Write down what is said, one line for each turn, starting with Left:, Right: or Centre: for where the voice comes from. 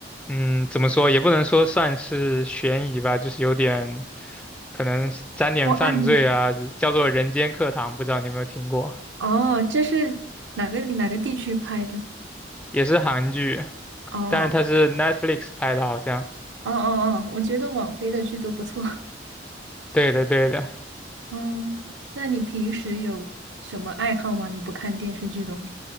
Centre: 嗯，怎么说也不能说算是悬疑吧，就是有点。可能沾点犯罪啊，
Right: 我案的
Centre: 叫做《人间课堂》，不知道你有没有听过，
Right: 哦，这是哪个哪个地区拍的？
Centre: 也是韩剧，
Right: 哦。
Centre: 但是它是 Netflix 拍的，好像。
Right: 哦哦哦，我觉得网飞的剧都不错。<laughs>
Centre: 对的，对的。
Right: 嗯，那你平时有什么爱好吗？你不看电视剧的话？